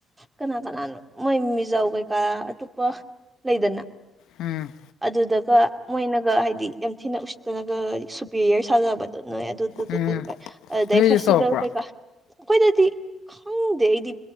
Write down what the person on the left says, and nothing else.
ꯎꯝ
ꯎꯝ
ꯅꯣꯏꯗꯁꯨ
ꯇꯧꯔꯛꯄ꯭ꯔꯣ